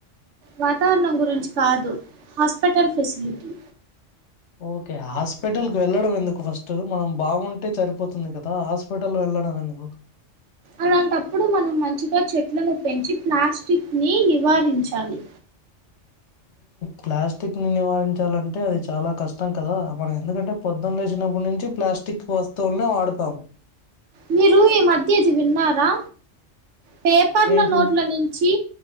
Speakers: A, on the right; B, on the left.
A: వాతావరణం గురించి కాదు హాస్పిటల్ ఫెసిలిటీ
B: ఓకే హాస్పిటల్ క వెళ్ళడం ఎందుకు ఫస్ట్ మనం బాగుంటే సరిపోతుంది కదా హాస్పిటల్ వె వెల్లడమెందుకు
A: అలాంటప్పుడు మనం మంచిగా చెట్లను పెంచి ప్లాస్టిక్ ని నివారించాలి
B: ప్లాస్టిక్ నివారించాలంటే అది చాలా కష్టం కదా మనం ఎందుకంటే పొద్దున్న లేచి చిన్నప్పటి నుంచి ప్లాస్టిక్ వస్తువులనే వాడుతాం
A: మీరూ ఈ మధ్యది విన్నారా పేపర్ల
B: ఏంటి
A: నోట్ల నుంచి